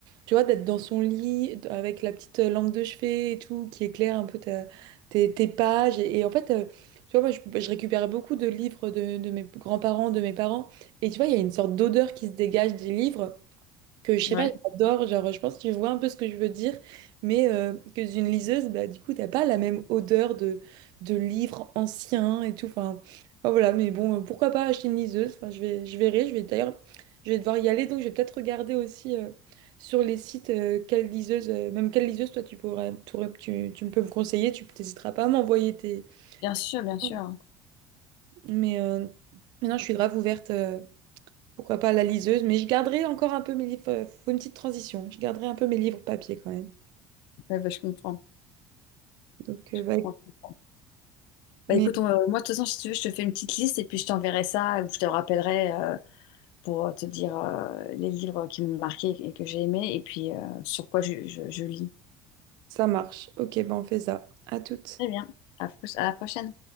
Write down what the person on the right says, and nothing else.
tu vois, d'être dans son lit d- avec la petite euh, lampe de chevet et tout, qui éclaire un peu ta- tes, tes pages, et, et en fait. euh, tu vois, moi, je, je récupère beaucoup de livres de, de mes grands-parents, de mes parents. Et tu vois, il y a une sorte d'odeur qui se dégage des livres que, je sais
pas, j'adore. Genre, je pense que tu vois un peu ce que je veux dire. Mais euh, que d'une liseuse, bah, du coup, t'as pas la même odeur de, de livres anciens et tout. Enfin, enfin, voilà. Mais bon, euh, pourquoi pas acheter une liseuse? Enfin, je vais, je verrai. Je vais d'ailleurs, je vais devoir y aller. Donc, je vais peut-être regarder aussi euh, sur les sites euh, quelle liseuse, euh, même quelle liseuse, toi, tu pourrais, tu, tu peux me conseiller. Tu n'hésiteras pas à m'envoyer tes...
tes- mais euh, maintenant, je suis grave ouverte, euh, pourquoi pas à la liseuse, mais je garderai encore un peu mes livres. euh, faut une petite transition. Je garderai un peu mes livres papier quand même.
Donc,
euh, ouais,
mais
ça marche. Ok, ben on fait ça. À toutes.